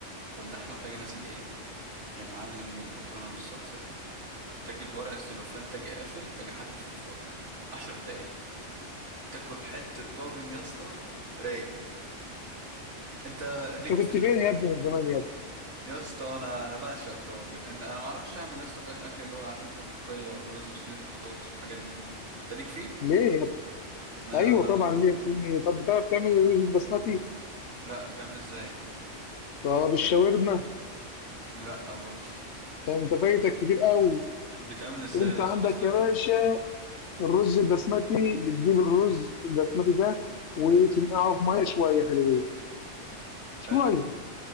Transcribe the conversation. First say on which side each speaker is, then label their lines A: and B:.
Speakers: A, on the right (about 65°); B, on the left (about 65°).
A: واللحمه تجي نازل ايه يا معلم بالمكرونه بالصلصه دي تجي بورق السلوفان تجي قافل تجي حاطط في الفرن عشر دقايق تاكل حته طاجن يا اسطى رايق انت ليك
B: انت كنت
A: في
B: فين يا ابني من زمان يا ابني
A: يا اسطى انا انا بعشق الطواجن إن- انا ما اعرفش اعمل يا اسطى بقى الاكل اللي هو عارف انت الملوخيه والرز وصينيه البطاطس والحاجات دي انت ليك فيه
B: ليه يا ابني
A: ما
B: ايوه
A: ما
B: طبعا ليه في طب بتعرف تعمل الرز البسمتي
A: لا بتعمل ازاي
B: طب الشاورما
A: لا برضه
B: ده انت فايتك كتير قوي
A: <laughs> بتعمل ازاي
B: انت
A: رز
B: عندك
A: بسمتي
B: يا باشا الرز البسمتي بتجيب الرز البسمتي ده وتنقعه في ميه شويه حلوين شويه
A: حلو